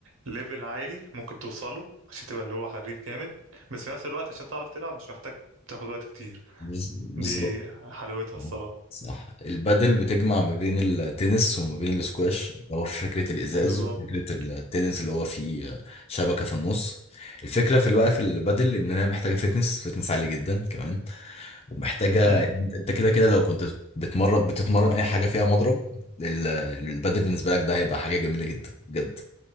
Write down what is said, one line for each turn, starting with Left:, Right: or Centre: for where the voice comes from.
Right: ليفل عالي ممكن توصله عشان تبقى اللي هو حريف جامد بس في نفس الوقت عشان تعرف تلعب مش محتاج تاخد وقت كتير
Left: بز- بالظبط
Right: دي حلاوتها الصراحة
Left: آه، صح البادل بتجمع ما بين التنس وما بين الاسكواش هو في فكرة الإزاز
Right: بالظبط
Left: وفكرة التنس اللي هو فيه آه، شبكة في النص الفكرة في الوقت في البادل إن هي محتاجة فتنس فتنس عالي جدا كمان ومحتاجه
Right: امم
Left: انت كده كده لو كنت بتمرن بتتمرن اي حاجه فيها مضرب ال- البادل بالنسبه لك ده هيبقى حاجه جميله جدا بجد